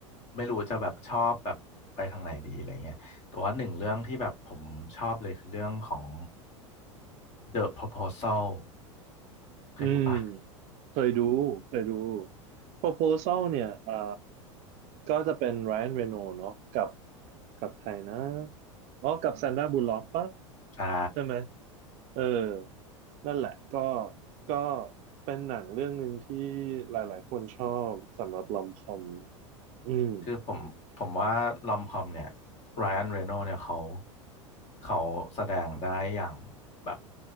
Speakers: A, on the left; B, on the right.
A: ไม่รู้จะแบบชอบแบบไปทางไหนดีอะไรเงี้ยแต่ว่าหนึ่งเรื่องที่แบบผมชอบเลยคือเรื่องของ The Proposal เคยดูปะ
B: อืมเคยดูเคยดู Proposal เนี่ยอ่าก็จะเป็น Ryan Reynolds เนาะกับกับใครนะอ๋อกับ Sandra Bullock ปะ
A: ใช่
B: ใช่ไหมเออนั่นแหละก็ก็เป็นหนังเรื่องหนึ่งที่หลายๆคนชอบสำหรับลอมคอมอืม
A: คือผมผมว่าลอมคอมเนี่ยไรอันเรโนเนี่ยเขาเขาแสดงได้อย่างแบบ